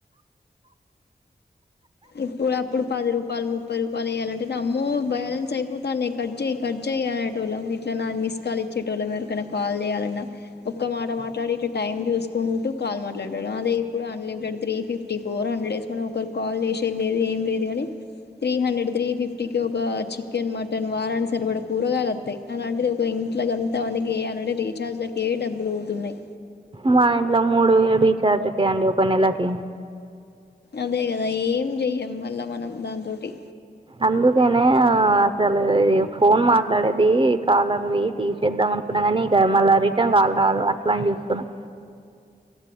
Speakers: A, on the left; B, on the right.
A: ఇప్పుడు అప్పుడు పది రూపాయలు ముప్పై రూపాయలు వెయ్యాలంట అయితే అమ్మో బ్యాలెన్స్ అయిపోతాను నే కట్ చేయి కట్ చేయ్ అనేటోళ్ళం ఇట్లా నాకు మిస్ కాల్ ఇచ్చే ఎవరికైనా కాల్ చేయాలన్నా ఒక్క మాట మాట్లాడి ఇట్ట టైం చూసుకుంటూ కాల్ మాట్లాడేటోళ్ళం అదే ఇప్పుడు unlimited three fifty four hundred వేసుకున్న ఒకరు కాల్ చేసేది లేదు ఏం లేదు కాని త్రీ హండ్రెడ్ త్రీ ఫిఫ్టీ కి ఒక చికెన్ మటన్ వారానికి సరిపడా కూరగాయలు వత్తాయి అలాంటిది ఒక ఇంట్ల అంత మందికి వేయాలంటే రీఛార్జ్లకే డబ్బులు అవుతున్నాయి
B: మా ఇంట్లో మూడు వేలు రీచార్జ్కే అండి ఒక నెలకి
A: అదే కదా ఏం చెయ్యం మళ్ళా మనం దాని తోటి
B: అందుకనే ఆ అస ఇ ఫోన్ మాట్లాడేది కాలర్వి తీసేద్దాం అనుకున్నా కానీ ఇక మళ్ళా రిటర్న్ కాల్ రా దు అట్లానే చూస్తున్నాం